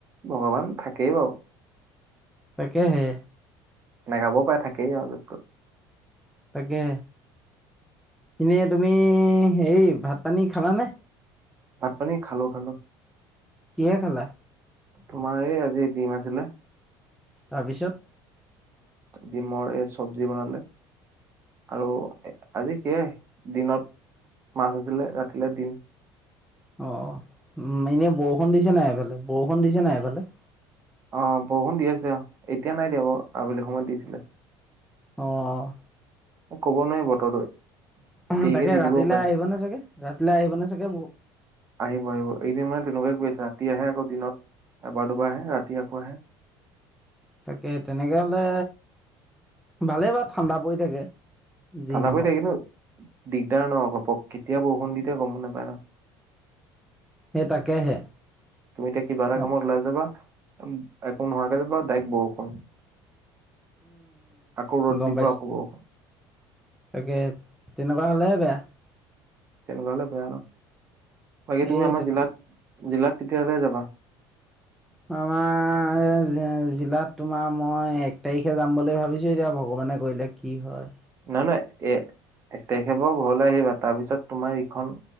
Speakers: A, on the right; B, in the centre.
A: ভগৱান থাকেই বাৰু।
B: তাকেহে
A: নগাঁও পাৰে থাকেই আৰুত।
B: তাকে। তুমি, তুমি হে ভাত পানী খালানে?
A: ভাত পানী খালে, খালে।
B: কিহে খালা?
A: তোমাৰ এই আজি ডিম আছিলে।
B: তাৰপিছত?
A: ডমৰ এই চব্জি বনালে, আৰু আজি সয়' দিনত মাছ আছিলে ৰাতিলৈ দিম।
B: অ' উম মেমে বৰখন দিছে নাই ইফালে, বৰক্ষণ দিছে নাই ইফালে?
A: অ' বৰষুণ দি আছে অ', এতিয়া নাই দিয়া বাৰু, আবেলি সময়ত দিছিলে।
B: অ'।
A: কব নোৱাৰি বতৰটো।
B: উম,
A: দেৰিকে
B: তাকে
A: দি
B: ৰাতিলৈ
A: দিবও পাৰে
B: আহিব নে চাগে? ৰাতিলৈ আহিব নে চাগে মোৰ
A: আহিব আহিব। এদিন মানে তেনেকোৱাই কৰি আছে। এতিয়া আহে, আকৌদিনত এবাৰ দুবাৰ আহে, ৰাতি আকৌ আহে।
B: তাকে তেনেকে হ'লে ভালেই বাৰু ঠাণ্ডা পৰি থাকে। যি
A: ঠাণ্ডা
B: নহওক
A: পৰি থাকে কিন্তু দিগদাৰ নহ ঘপক কেতিয়া বৰষুণ দিয়ে গম নাপায় ন।
B: সেই তাকেহে।
A: তুমি এতিয়া কিবা এটা
B: উম
A: কামত ওলাই যাবা একো নোহোৱাকে যাবা ডাইক বৰষুণ আকৌ ৰ'দ
B: উম গম
A: দিব
B: পাইছো
A: আকৌ বৰষুণ।
B: তাকে তেনেকুৱা হ'লেহে বেয়া।
A: তেনেকুৱা হ'লে বেয়া ন' বাকী
B: সেই
A: তুমি আমাৰ
B: তেনে
A: জিলাত জিলাত কেতিয়ালৈ যাবা?
B: আমাৰ জিলাত তোমাৰ মই এক তাৰিখে যাম বুলি ভাবিছো এতিয়া ভগৱান মানে কৰিলে কি হয়।
A: নানা এ এক তাৰিখে ব ঘৰলৈ আহিবা তাৰপিছত তোমাৰ ইখন